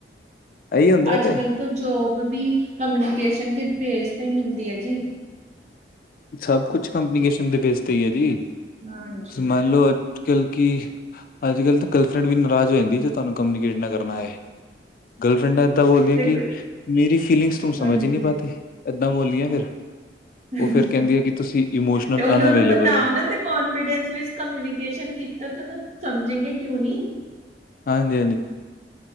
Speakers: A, on the left; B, on the right.
A: ਇਹੀ ਹੁੰਦਾ
B: ਅੱਜ-ਕੱਲ੍ਹ
A: ਤੇ
B: ਤੋਂ ਜੋਬ ਵੀ, ਕਮਿਊਨੀਕੇਸ਼ਨ ਕੇ ਬੇਸ ਪੇ ਮਿਲਦੀ ਐ ਜੀ।
A: ਸਭ ਕੁੱਛ ਕੰਪਨੀਕੇਸ਼ਨ ਦੇ ਬੇਸ ਤੇ ਏ ਜੀ। ਤੁਸੀਂ
B: ਹਾਂਜੀ
A: ਮੰਨ ਲੋ ਥਕਿਲ ਕੀ, ਅੱਜ-ਕੱਲ੍ਹ ਤਾਂ ਗਰਲਫਰੈਂਡ ਵੀ ਨਾਰਾਜ਼ ਹੋ ਜਾਂਦੀ, ਜੇ ਤੁਹਾਨੂੰ ਕਮਿਊਨੀਕੇਟ ਨਾ ਕਰਨਾ ਆਏ। ਗਰਲਫਰੈਂਡ ਇਦਾਂ ਬੋਲਦੀਆਂ
B: ਦੇਖੋ
A: ਕਿ ਮੇਰੀ ਫਿਲਿੰਗਸ ਤੂੰ ਸਮਝ
B: ਹਾਂਜੀ,
A: ਹੀ ਨਹੀਂ ਪਾਤੇ ਇਦਾਂ ਬੋਲੀਆਂ ਫਿਰ
B: ਹਾਂਜੀ
A: ਉਹ ਫਿਰ ਕਹਿੰਦੀ ਹੈ ਕਿ ਤੁਸੀਂ ਇਮੋਸ਼ਨਲ
B: ਤੇ ਉਹਨੂੰ
A: ਅਨਅਵੇਲੇਬਲ
B: ਬਤਾਓ
A: ਹੋ,
B: ਨਾ ਤੇ ਕੋਨਫੀਡੈਂਸ ਵਿੱਚ ਕਮਨੀਕੇਸ਼ਨ ਕੀਤਾ ਤਾਂ ਸਮਝੇਗੇ ਕਿਉਂ ਨਹੀਂ
A: ਹਾਂਜੀ-ਹਾਂਜੀ